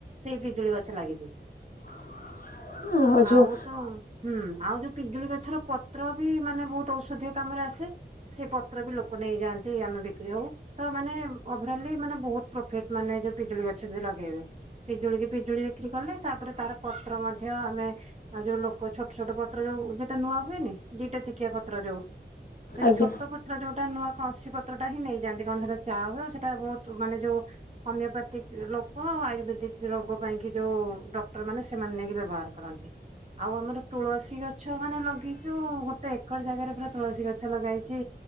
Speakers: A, on the right (about 35°); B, on the left (about 50°).
A: ସେଇ ପିଜୁଳି ଗଛ ଲାଗିଛି।
B: ହ <inaudible>
A: ଆଉ
B: ଯୋଉ
A: ତ ହୁଁ ଆଉ ଯୋଉ ପିଜୁଳି ଗଛର ପତ୍ର ବି ମାନେ ବହୁତ ଔଷଧୀୟ କାମରେ ଆସେ ସେ ପତ୍ର ବି ଲ ନେଇଯାଆନ୍ତି ଆମେ ବିକ୍ରି ହଉ ତ ମାନେ ଓଭରଲି ମାନେ ବହୁତ ପ୍ରଫିଟ ମାନେ ଯୋଉ ପିଜୁଳି ଗଛ ଯ ଲଗେଇବେ ପିଜୁଳି ପିଜୁଳି ବିକ୍ରି କଲେ, ତାପରେ ତାର ପତ୍ର ମଧ୍ୟ ଆମେ ଯୋଉ ଲୋକ ଛୋଟ ଛୋଟ ପତ୍ର ପ ଯୋଉ ସେଟା ନୂଆ ହୁଏନି ଦିଟା ଟିକିଆ ପତ୍ର ଯୋଉ ସେଇ
B: ଆଜ୍ଞା।
A: ଛୋଟ ପତ୍ର ଯୋଉ ସେଟା ନୂଆ କଣସସି ପତ୍ର ଟା ହିଁ ନେଇଯାଆନ୍ତି କଣ ସେଇଟା ଚା ହୁ ଆଉ ସେଟା ବହୁତ ମାନେ ଯୋଉ ହୋମିଓପାଥିକ ଲୋକ ଆୟୁର୍ବେଦିକ ରୋଗ ପାଇଁକି ଯେଉଁ ଡକ୍ଟରମାନେ, ସେମାନେ ନେଇକି ବ୍ୟବହାର କରନ୍ତି। ଆଉ ଆମର ତୁଳସୀ ଗଛ ମାନେ ଲଗେଇଛୁ ଗୋଟେ ଏକର ଜାଗାରେ ପୁରା ତୁଳସୀ ଗଛ ଲଗାହେଇଛି।